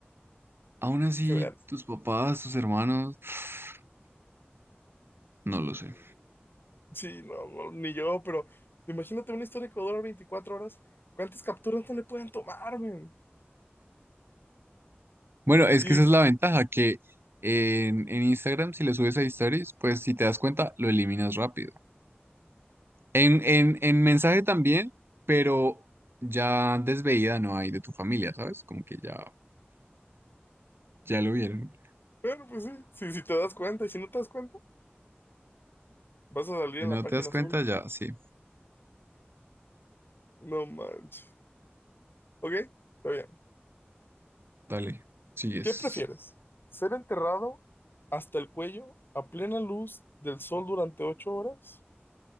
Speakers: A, on the right; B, on the left.
A: Aún así,
B: Que veas.
A: tus papás, tus hermanos, <sighs> no
B: Mm,
A: lo sé.
B: Sí, no, no, ni yo, pero imagínate una historia que dura 24 horas. ¿Cuántas capturas no le pueden tomar, men?
A: Bueno, es
B: Y
A: que esa es la ventaja, que en, en Instagram, si le subes a stories, pues si te das cuenta, lo eliminas rápido. En, en, en mensaje también, pero ya desveída no hay de tu familia, ¿sabes? Como que ya, ya lo vieron.
B: bueno, pues sí, sí si te das cuenta, y si no te das cuenta, vas a salir
A: Si
B: en
A: no
B: la página
A: te das cuenta,
B: azul.
A: ya, sí,
B: No manches. Ok, está bien.
A: dale, sigues.
B: ¿Qué prefieres? ¿Ser enterrado hasta el cuello a plena luz del sol durante 8 horas?